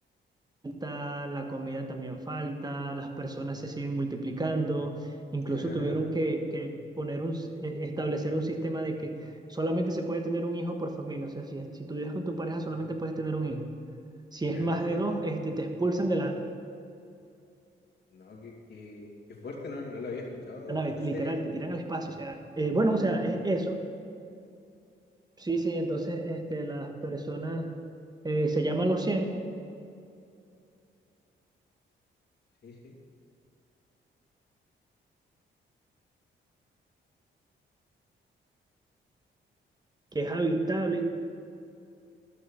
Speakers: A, on the right; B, on the left.
A: falta, la comida también falta, las personas se siguen multiplicando, incluso
B: ya,
A: tuvieron que, que poner un, s- eh, establecer un sistema de que solamente se puede tener un hijo por familia, o sea, si, es- si tú vives con tu pareja solamente puedes tener un hijo, si
B: ya
A: es más
B: entiendo.
A: de dos, este, te expulsan de la
B: No, qué, qué, qué fuerte, no, no lo había escuchado
A: nave,
B: esa
A: literal,
B: serie.
A: te tiran al espacio, o sea, eh, bueno, o sea, es eso, sí, sí, entonces este, las personas, eh, se llaman los cien
B: Sí, sí.
A: que es habitable.